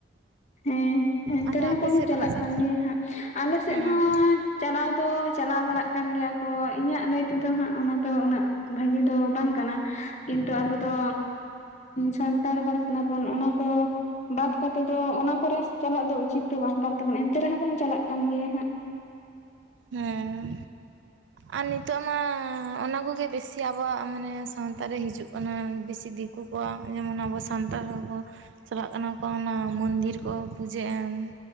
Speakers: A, on the left; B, on the right.
A: ᱦᱮᱸ ᱮᱱᱛᱮ
B: ᱟᱫᱚ
A: ᱨᱮᱦᱚᱸ
B: ᱟᱯᱮ
A: ᱵᱚᱱ
B: ᱥᱮᱫ
A: ᱪᱟᱞᱟᱜ
B: ᱫᱚᱠᱚ ᱪᱟ
A: ᱠᱟᱱ ᱜᱮᱭᱟ ᱦᱟᱸᱜ ᱟᱞᱮ ᱥᱮᱫ
B: ᱦᱮᱸ
A: ᱦᱚᱸ ᱪᱟᱞᱟᱣ ᱫᱚ ᱪᱟᱞᱟᱣ ᱵᱟᱲᱟᱜ ᱠᱟᱱ ᱜᱮᱭᱟ ᱚ ᱤᱧᱟᱹᱜ ᱞᱟᱹᱭ ᱛᱮᱫᱚ ᱦᱟᱸᱜ ᱚᱱᱟ ᱫᱚ ᱩᱱᱟᱹᱜ ᱵᱷᱟᱜᱤ ᱫᱚ ᱵᱟᱝ ᱠᱟᱱᱟ ᱠᱤᱱᱛᱩ ᱟᱵᱚ ᱫᱚ ᱥᱟᱱᱛᱟᱲ ᱦᱚᱲ ᱠᱟᱱᱟᱵᱚᱱ ᱚᱱᱟᱠᱚ ᱵᱟᱫ ᱠᱟᱛᱮ ᱫᱚ ᱚᱱᱟ ᱠᱚᱨᱮ ᱪᱟᱞᱟᱜ ᱫᱚ ᱩᱪᱤᱛ ᱫᱚ ᱵᱟᱝ ᱠᱟᱱ ᱛᱟᱵᱚᱱᱟ ᱮᱱᱛᱮ ᱨᱮᱦᱚᱸ ᱵᱚᱱ ᱪᱟᱞᱟᱜ ᱠᱟᱱ ᱜᱮᱭᱟ ᱦᱟᱸᱜ
B: ᱦᱮᱸ ᱟᱨ ᱱᱤᱛᱚᱜ ᱢᱟ ᱚᱱᱟ ᱠᱚᱜᱮ ᱵᱮᱥᱤ ᱟᱵᱚᱣᱟᱜ ᱢᱟᱱᱮ ᱥᱟᱶᱛᱟ ᱨᱮ ᱦᱤᱡᱩᱜ ᱠᱟᱱᱟ ᱵᱮᱥᱤ ᱫᱤᱠᱩ ᱠᱚᱣᱟᱜ ᱡᱮᱢᱚᱱ ᱟᱵᱚ ᱥᱟᱱᱛᱟᱲ ᱦᱚᱲ ᱠᱚ ᱪᱟᱞᱟᱜ ᱠᱟᱱᱟ ᱠᱚ ᱚᱱᱟ ᱢᱚᱱᱫᱤᱨ ᱠᱚ ᱯᱩᱡᱟᱹ ᱮᱢ